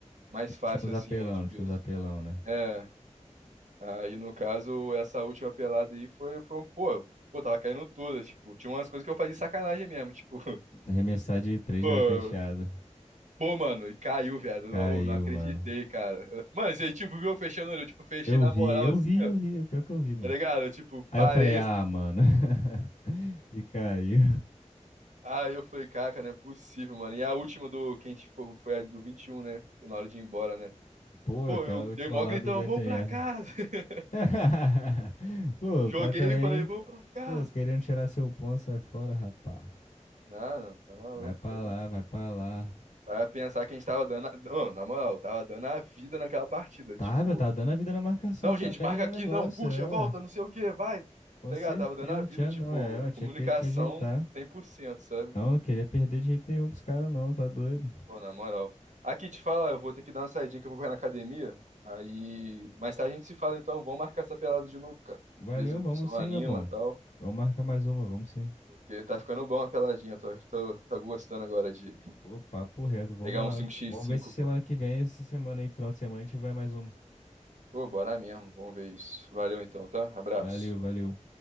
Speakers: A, on the right; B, on the left.
A: mais fácil,
B: Tinha uns
A: assim,
B: apelão,
A: né? Tipo
B: não tinha
A: isso.
B: uns apelão, né?
A: É. Aí, no caso, essa última pelada aí foi, foi um, pô. Pô, tava caindo todas, tipo. Tinha umas coisas que eu fazia de sacanagem mesmo, tipo. <laughs>
B: Arremessar de três,
A: Pô,
B: de olho fechado.
A: Pô, mano, e caiu, viado. Eu
B: Caiu,
A: não, eu não acreditei,
B: mano.
A: cara. Eu- Mano, você, tipo, viu eu fechando o olho, eu, tipo, fechei
B: Eu
A: na
B: vi,
A: moral,
B: eu
A: assim,
B: vi, eu vi. é O pior que eu vi, mano.
A: Tá ligado? Eu, Tipo,
B: Aí
A: parei.
B: eu falei, ah,
A: <laughs> assim.
B: mano. <laughs> E caiu.
A: Aí eu falei, caraca, não é possível, mano. E a última do que a gente foi, foi a do 21, né? Na hora de ir embora, né?
B: Pô,
A: Pô,
B: aquela
A: eu
B: última
A: dei mó
B: lá
A: gritão,
B: do da internet.
A: vamos pra casa. <laughs>
B: <laughs> Pô,
A: Joguei
B: o cara também.
A: e falei, vamos pra casa.
B: Pô, querendo tirar seu ponto, sai fora, rapá.
A: Ah, não, tá maluco,
B: Vai pra
A: tá?
B: lá, vai pra lá.
A: Para pensar que a gente tava dando. a- Não, na moral, tava dando a vida naquela partida.
B: Tava,
A: Tipo,
B: tá dando a vida na marcação
A: não,
B: também,
A: gente, marca
B: no
A: aqui,
B: negócio,
A: não, puxa,
B: é,
A: volta,
B: ué.
A: não sei o que, vai.
B: Com
A: Tá
B: certeza,
A: ligado? Tava dando a
B: não
A: vida,
B: tinha
A: tipo,
B: não, é, ué, tinha
A: comunicação
B: que te ajeitar.
A: 100%, sabe?
B: Não, não queria perder de jeito nenhum pros caras, não, tá doido.
A: Pô, na moral. Aqui, te fala eu vou ter que dar uma saidinha que eu vou correr na academia. Aí, mais tarde a gente se fala, então. Vamos marcar essa pelada de novo, cara. Às
B: Valeu,
A: vezes o
B: vamos
A: pessoal
B: sim,
A: anima
B: meu bom.
A: e tal.
B: Vamos marcar mais uma, vamos sim.
A: Porque tá ficando bom a peladinha. Tô, tô, tô gostando agora de
B: Pô, papo reto, vamos
A: pegar
B: lá.
A: um cinco x
B: Vamos
A: cinco
B: ver se semana
A: pô.
B: que vem, essa semana aí, final de semana, a gente vai mais uma.
A: Pô, bora mesmo. Vamos ver isso. Valeu então, tá? Abraço.
B: Valeu, valeu.